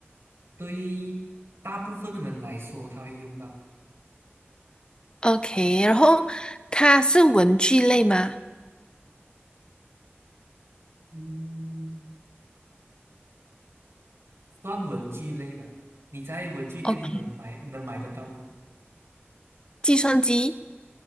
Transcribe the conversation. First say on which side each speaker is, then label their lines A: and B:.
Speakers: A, on the right; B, on the left.
A: 对大部分的人来说，他会用到，
B: OK，然后它是文具类吗
A: 嗯。算文具类吧，你在文具店都能买能买得到的
B: ？OK，计算机，